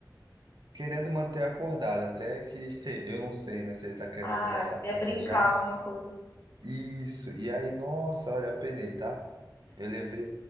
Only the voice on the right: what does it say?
querendo manter acordado, até que <laughs> eu não sei, né, se ele está querendo
começar
a falar
já.
Isso, e aí, nossa, olha, penei, tá? Eu levei,